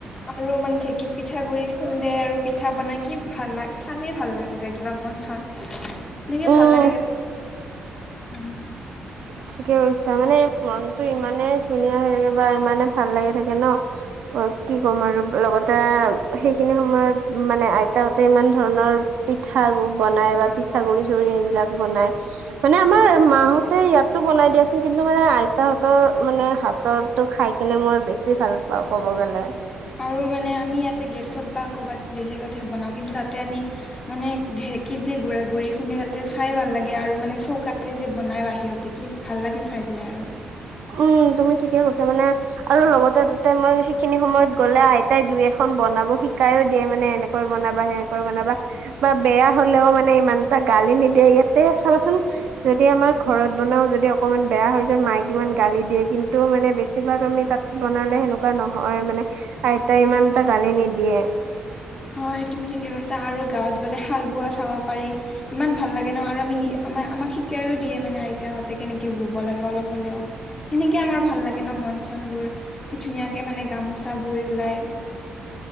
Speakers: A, on the left; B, on the right.
A: আৰু মানে ঢেঁকীত পিঠা গুৰি খুন্দে আৰু পিঠা বনাই কি ভাল চালেই ভাল লাগি যায় কিবা মন চন এনেকে
B: উম
A: ভাল লাগে। উম
B: <inaudible> ঠিকে কৰিছা মানে মনতটো ইমানে ধুনীয়া হৈ থাকে বা ইমানে ভাল লাগি থাকে ন কি ক'ম আৰু লগতে সেইখিনি সময়ত মানে আইতা হতে ইমান ধৰণৰ পিঠা বনাই বা পিঠা গুৰি চুৰি সেইবিলাক বনাই মানে আমাৰ মা হতে ইয়াতো বনাই দিয়াচোন কিন্তু মানে আইতাহঁতৰ মানে হাতৰটো খাই কেনে মই বেছি ভাল বা ক'ব গ'লে
A: আৰু মানে আমি ইয়াতে গেছত বা কৰ'বাত বেলেগতহে বনাওঁ কিন্তু তাতে আমি মানে ঢেঁকী যে গুৰা গুৰি খুন্দে তাতে চাই ভাল লাগে আৰু মানে চৌকাতে যে বনাই বাহিৰতে কি ভাল লাগে চাই পেলাই আৰু
B: উম তুমি ঠিকেই কৈছা মানে আৰু লগতে তাতে মই সেইখিনি সময়ত গলে আইতাই দুই এখন বনাব শিকাইও দিয়ে মানে এনে কৈ বনাবা সেনেকৈ বনাবা বা বেয়া হলেও মানে ইমান এটা গালি নিদিয়ে ইয়াতে চাবাচোন যদি আমাৰ ঘৰত বনাও যদি অকমান বেয়া হৈ যায় মাইক কিমান গালি দিয়ে কিন্তু মানে বেছিভাগ আমি তাত বনালে সেনেকুৱা নহয় মানে আইতা ইমানটা গালি নিদিয়ে।
A: হয় তুমি ঠিকে কৈছা আৰু গাঁৱত গ'লে হাল বোৱা চাব পাৰি ইমান ভাল লাগে ন আৰু আমি আ আমাক শিকাইও দিয়ে মানে আইতাহঁতে কেনেকে বব লাগে অলপ হলেও সেনেকে আমাৰ ভাল লাগে ন মন চন বোৰ ধুনীয়াকে মানে গামোচা বোৰ ওলাই